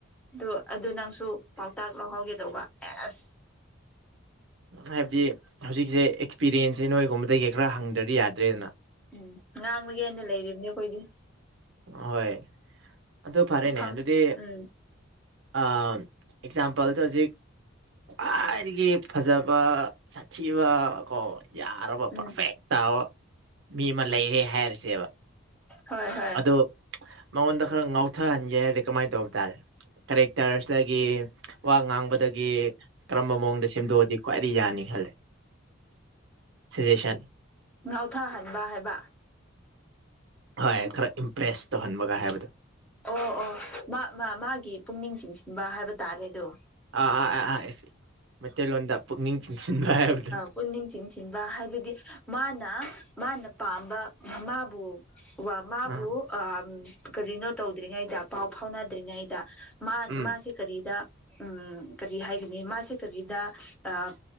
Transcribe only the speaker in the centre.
ꯑ ꯑꯗꯨ ꯅꯪꯁꯨ ꯄꯥꯎꯇꯥꯛ ꯂꯧꯍꯧꯒ ꯗꯧꯕ ꯑꯦꯁ
ꯎꯝ ꯉꯥꯡꯂꯒꯦꯅ ꯂꯩꯔꯤꯕꯅꯤ ꯑꯩꯈꯣꯏꯗꯤ
ꯃꯐꯝ
ꯎꯝ
ꯎꯝ
ꯍꯣꯏ ꯍꯣꯏ
ꯉꯥꯎꯊꯥꯍꯟꯕ ꯍꯥꯏꯕ
ꯑꯣ ꯑꯣ ꯃꯥ ꯃꯥ ꯃꯥꯒꯤ ꯄꯨꯛꯅꯤꯡ ꯆꯤꯡꯁꯤꯟꯕ ꯍꯥꯏꯕ ꯇꯥꯔꯦ ꯑꯗꯨ
ꯄꯨꯛꯅꯤꯡ ꯆꯤꯡꯁꯤꯟꯕ ꯍꯥꯏꯕꯗꯤ ꯃꯥꯅ ꯃꯥꯅ ꯄꯥꯝꯕ ꯃꯕꯨ ꯋꯥ ꯃꯥꯕꯨ
ꯑ ꯀꯔꯤꯅꯣ ꯇꯧꯗ꯭ꯔꯤꯉꯩꯗ ꯄꯥꯎ ꯐꯥꯎꯅꯗ꯭ꯔꯤꯉꯩꯗ ꯃꯥ
ꯃꯥꯁꯤ ꯀꯔꯤꯗ ꯎꯝ ꯀꯔꯤ ꯍꯥꯏꯒꯅꯤ ꯃꯥꯁꯦ ꯀꯔꯤꯗ ꯑ